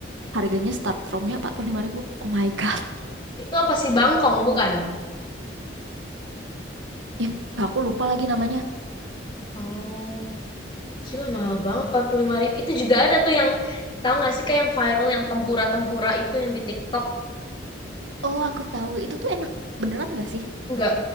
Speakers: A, on the right; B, on the left.
A: harganya start from-nya empat puluh lima ribu Oh my God. <laughs>
B: Itu apa sih bangkong bukan?
A: Ya, aku lupa lagi namanya.
B: Oh, gila mahal banget empat puluh lima ribu Itu juga ada tuh yang tahu nggak sih kayak yang viral yang tempura-tempura itu yang di TikTok.
A: Oh, aku tahu. Itu tuh enak. Beneran gak sih?
B: nggak